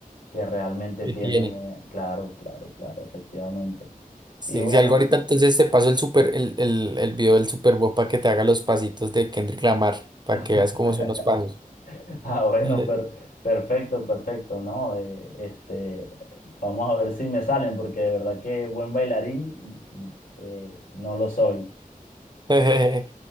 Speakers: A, on the left; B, on the right.
A: que realmente
B: Que
A: tiene.
B: tiene.
A: Claro, claro, claro, efectivamente.
B: Sí,
A: Y bueno,
B: si algo ahorita entonces te paso el super, el, el, el video del Super Bowl para que te haga los pasitos de Kendrick Lamar, para
A: <laughs>
B: que veas cómo son los pasos.
A: ah, bueno,
B: <laughs>
A: per- perfecto, perfecto, ¿no? Eh, este, vamos a ver si me salen, porque de verdad que buen bailarín mm, eh, no lo soy.
B: <laughs>